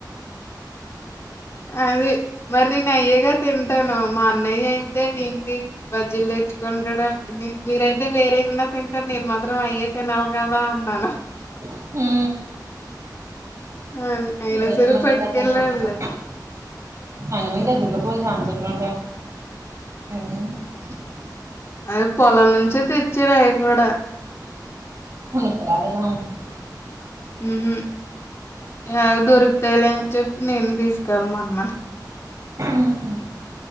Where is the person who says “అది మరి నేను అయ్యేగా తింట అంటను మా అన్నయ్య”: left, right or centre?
Left